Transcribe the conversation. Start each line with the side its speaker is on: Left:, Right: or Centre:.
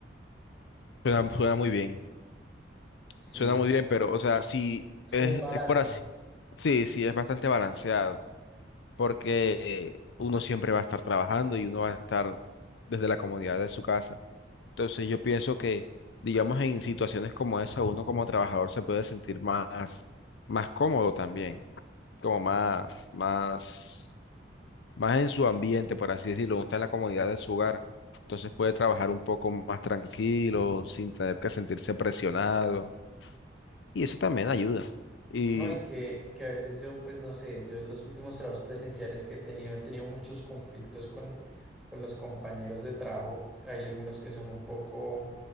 Left: Suena, suena muy bien.
Centre: Sí,
Left: Suena
Centre: es
Left: muy bien, pero, o sea, sí,
Centre: es
Left: es,
Centre: como un balance,
Left: es por así. Sí, sí, es bastante balanceado, porque uno siempre va a estar trabajando y uno va a estar desde la comunidad de su casa. Entonces, yo pienso que, digamos, en situaciones como esa, uno como trabajador se puede sentir más, más cómodo también. como más, más, más en su ambiente, por así decirlo, está en la comodidad de su hogar. Entonces puede trabajar un poco más tranquilo, sin tener que sentirse presionado. Y eso también ayuda. Y
Centre: ¿no? Y que, que a veces yo, pues no sé, yo los últimos trabajos presenciales que he tenido, he tenido muchos conflictos con, con los compañeros de trabajo. Hay algunos que son un poco